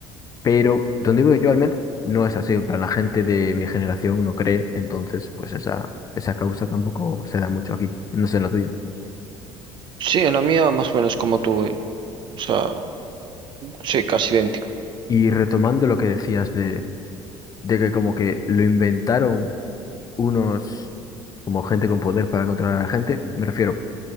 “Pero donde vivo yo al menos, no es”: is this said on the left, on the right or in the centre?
Left